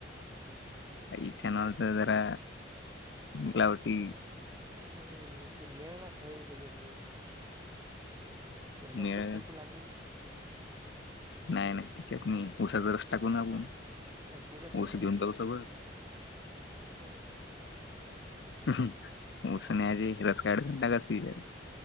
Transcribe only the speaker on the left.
इथेनॉलच जरा मिलावटी
मेळ
नाही नाही तिच्यात नाही उसाचा रस टाकून आपण
ऊस
घेऊन जाऊ सोबत
उऊसण्याची हिरस काढसणटाकसते विचार